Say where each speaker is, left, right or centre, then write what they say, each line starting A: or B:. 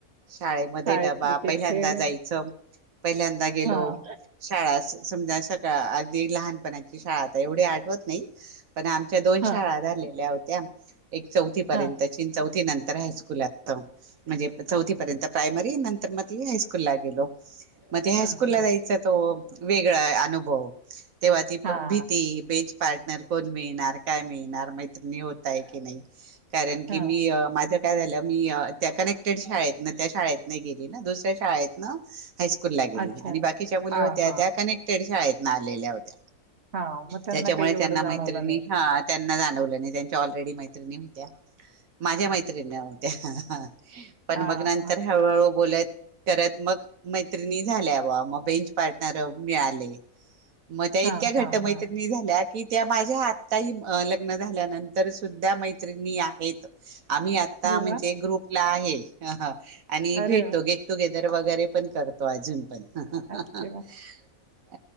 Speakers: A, on the right; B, on the right.
A: शाळेमध्ये
B: शाळेतले
A: डबा
B: ते
A: पहिल्यांदा
B: खेळ.
A: जायचं पहिल्यांदा गेलो
B: हां,
A: शाळा- समजा सकाळ अगदी लहानपणाची शाळा आता एवढी आठवत नाही. पण आमच्या दोन
B: हां,
A: शाळा झालेल्या होत्या. त्या. एक चौथी पर्यंतची
B: हां.
A: ची चौ- ते नंतर हास्कूल- म्हणजे चौथी पर्यंत प्रायमरी नंतर मग त हायस्कूल ला गेलो. मते हायस्कूल
B: हं, हं.
A: ला जायचा तो. वेगळा आहे अनुभव. तेव्हा ती
B: हां,
A: भीती बेज- पार्टनर कोण मिळणार काय मिळणार मैत्रिणी होताय की नाही. कारण की
B: हां.
A: मी माझ्या- काय झालं. मी त्या कनेक्टेड शाळेत ना त्या शाळेत नाही गेली ना दुसऱ्या शाळेत ना- हायस्कूल ला गेली
B: अच्छा.
A: आणि बाकीच्या मुली
B: हां,
A: होत्या
B: हां,
A: त्या कनेक्टेड. शाळेतन आलेल्या होत्या.
B: हां. मग त्यांना
A: त्याच्यामुळे
B: काही एवढं
A: त्यांना
B: जाणवलं
A: मैत्रिणी
B: नाही.
A: ह त्यांना जाणवलं नाही त्यांच्या ऑलरेडी मैत्री, निमत्या. माझ्या
B: हं.
A: मैत्रिणी. आहोत त्या. पण
B: हां.
A: मग नंतर हळूहळू बोलाय. करतमग मैत्रिणी झाल्या वर मग बेंच पार्टनर मिळाले. म त्या इतक्या
B: हां
A: घट्ट
B: हां
A: मैत्रिणी
B: हां.
A: झाल्या की, त्या माझ्या आताही लग्न झाल्यानंतर सुद्धा मैत्रिणी आहेत आम्ही. आता
B: अरे
A: म्हणजे
B: वाह!
A: ग्रुप ला आहे. ह हा आणि
B: अरे
A: भेटतो
B: वाह!
A: गेट टुगेदर र वगैरे पण करतो अजून पण
B: अच्छा
A: ह
B: वाह!